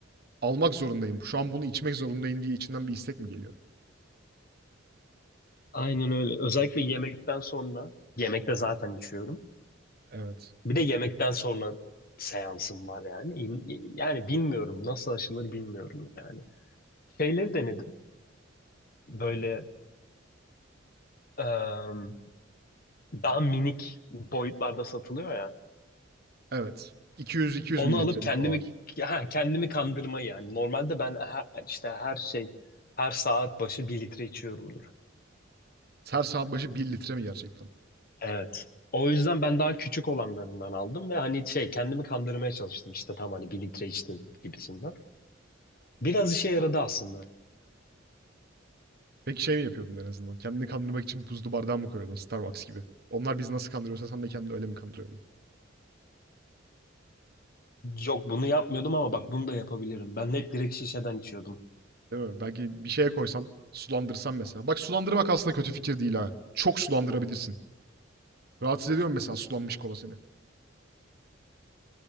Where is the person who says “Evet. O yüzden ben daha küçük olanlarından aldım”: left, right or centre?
Left